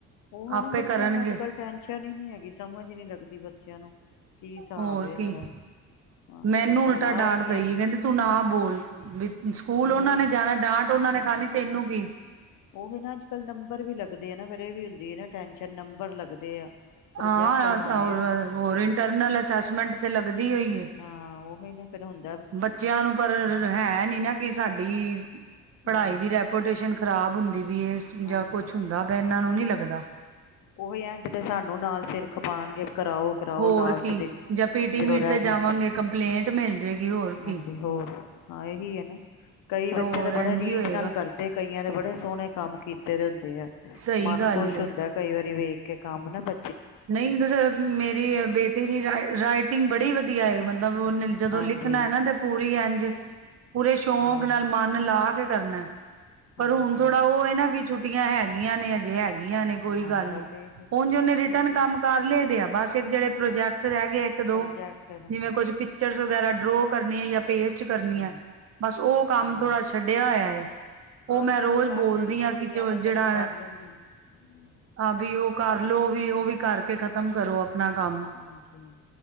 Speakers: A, on the left (about 75°); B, on the right (about 50°).
A: ਓ ਹੈ
B: ਆਪੇ
A: ਨਾ ਬੱਚਿਆਂ
B: ਕਰਨਗੇ
A: ਨੂੰ ਅੱਜ -ਕੱਲ ਟੈਨਸ਼ਨ ਈ ਨੀ ਹੈਗੀ, ਸਮਝ ਈ ਨੀ ਲੱਗਦੀ ਬੱਚਿਆਂ ਨੂੰ। ਕੀ ਹਿਸਾਬ
B: ਹੋਰ
A: ਏਨਾਂ
B: ਕੀ
A: ਦਾ। ਹਾਂ
B: ਮੈਨੂੰ
A: ਕੋਈ ਪਰਵਾਹ
B: ਉਲਟਾ ਡਾਂਟ
A: ਹੀ ਨਹੀਂ
B: ਪਈ
A: ਹੈਗੀ
B: ਏ ਕੈਂਦੇ ਤੂੰ ਨਾ ਬੋਲ। ਵੀ ਸਕੂਲ
A: ਉਹ
B: ਓਨਾਂ
A: ਹੈ ਨਾ
B: ਨੇ ਜਾਣੈ, ਡਾਂਟ ਓਨਾਂ ਨੇ ਖਾਣੀ ਤੈਨੂੰ ਕੀ।
A: ਓ ਵੀ ਨਾ ਅੱਜ ਕੱਲ੍ਹ ਨੰਬਰ ਵੀ ਲੱਗਦੇ ਆ ਨਾ ਫਿਰ ਏ ਵੀ ਹੁੰਦੀ ਏ ਨਾ ਟੈਸ਼ਨ, ਨੰਬਰ ਲੱਗਦੇ ਆ। ਪ੍ਰੋਜੈਕਟ
B: ਹਾਂ
A: ਬਣਾਣੇ
B: <unintelligible>
A: ਆ
B: ਹੋਰ ਇੰਟਰਨਲ ਅਸੈਸਮੈਂਟ ਤੇ ਲੱਗਦੀ ਓਈ ਏ।
A: ਹਾਂ, ਓ ਵ ਨਾ ਫੇਰ ਹੁੰ
B: ਬੱਚਿਆਂ ਨੂੰ ਪਰ ਹੈ ਨੀ ਨਾ ਕਿ ਸਾਡੀ ਪੜਾਈ
A: ਹਾਂ
B: ਦੀ ਰੈ ਰੇਪੋਟੇਸ਼ਨ ਖ਼ਰਾਬ ਹੁੰਦੀ ਵੀ ਏ
A: ਹਾਂਜੀ
B: ਜਾਂ ਕੁਛ ਹੁੰਦਾ ਬਿਆ ਇਨਾਂ ਨੂੰ ਨੀ ਲੱਗਦਾ।
A: ਉਹੀ ਐਂਡ ਤੇ ਸਾਨੂੰ ਨਾਲ ਸਿਰ ਖਪਾਂਗੇ, ਨਾਲ ਕਰਾਓ ਕਰਾਓ
B: ਹੋਰ
A: ਲਾਸਟ
B: ਕੀ
A: ਦਿਨ
B: ਜਾਂ ਪੀਟੀ
A: ਜਦੋ
B: ਮੀਟ
A: ਰੈ
B: ਤੇ ਜਾਵਾਂਗੇ
A: ਜਨ।
B: ਕੰਪਲੇਂਟ ਮਿਲ ਜੇਗੀ ਹੋਰ ਕੀ।
A: ਹਾਂਜੀ ਹੋਰ, ਹਾਂ ਏਹੀ ਏ ਨਾ। ਕਈ ਬੱਚੇ
B: ਹੋਰ
A: ਤਾਂ ਬੜੇ
B: ਇੰਝ
A: ਰੀਝ
B: ਹੀ ਹੋਏਗਾ
A: ਨਾਲ ਕਰਦੇ ਕਈਆਂ ਦੇ ਬੜੇ ਸੋਣੇ ਕੰਮ ਕੀਤੇ ਦੇ ਹੁੰਦੇ ਐ,
B: ਸਹੀ
A: ਮਨ
B: ਗੱਲ
A: ਖੁਸ਼
B: ਏ।
A: ਹੁੰਦੈ ਕਈ ਵਾਰੀ ਵੇਖ ਕੇ ਕੰਮ ਨਾ ਬ
B: ਨਈ <unintelligible> ਮੇਰੀ ਬੇਟੇ ਦੀ ਰਾਈ - ਰਾਈਟਿੰਗ ਬੜੀ ਵਧੀਆ ਏ, ਮਤਲਬ ਓਨੇ ਲ ਜਦੋਂ
A: ਹਾਂਜੀ
B: ਲਿਖਨਾ ਏ ਨਾ ਤੇ ਪੂਰੀ ਐਂਜ, ਪੂਰੇ ਸ਼ੌਕ
A: ਹਾਂ
B: ਨਾਲ ਮਨ ਲਾ ਕੇ ਕਰਨੈ ਜ ਪਰ
A: ਹਾਂਜੀ
B: ਹੁਣ ਥੋੜਾ ਓ ਏ ਨਾ ਕਿ ਛੁੱਟੀਆਂ ਹੈਗੀਆਂ ਨੇ, ਅਜੇ ਹੈ ਹੈਗੀਆਂ ਨੇ ਕੋਈ
A: ਹਾਂ
B: ਗੱਲ
A: ਬਸ
B: ਨੀ।
A: ਇਹੀ
B: ਓੰਜ ਓਨੇ ਰ ਰਿੱਟਨ
A: ਇਹੀ
B: ਕੰਮ ਕਰ ਲਏ ਦੇ ਆ, ਬਸ ਏਕ ਜੇੜੇ ਪ੍ਰੋਜੈਕਟ
A: ਅੱਛਾ
B: ਰੈ ਗੇ ਏਕ, ਦੋ
A: ਪ੍ਰੋਜੈਕਟਰ ਹਾਂ
B: ਜਿਵੇਂ ਕੁੱਝ ਪਿਚਰਸ ਵਗੈਰਾ ਡਰੋ ਕਰਨੀ ਐ, ਜਾਂ ਪੇਸਟ ਕਰਨੀ
A: ਹਮ
B: ਐ, ਬਸ ਓ ਕੰਮ
A: ਹਾਂ
B: ਥੋੜਾ ਛੱਡਿਆ ਹੋਇਆ ਏ।
A: ਹਾਂ
B: ਓ ਮੈਂ
A: ਚਲੋ
B: ਰੋਜ਼
A: ਕਰ
B: ਬੋਲਦੀ
A: ਲਏਗੀ
B: ਆ
A: ਕੁੜੀਆਂ
B: ਕਿ ਜੌ
A: ਤਾਂ ਸਗੋਂ
B: -ਜੇੜਾ
A: ਕਰ ਲੈਂਦੀਆਂ ਹੂੰ
B: ਆ ਬਈ ਓ ਕਰਲੋਂ
A: ਹਾਂ
B: ਵੀ, ਓ ਵੀ ਕਰਕੇ ਖ਼ਤਮ ਕਰੋ ਅਪ ਅਪਣਾ ਕੰਮ,
A: ਹਾਂਜੀ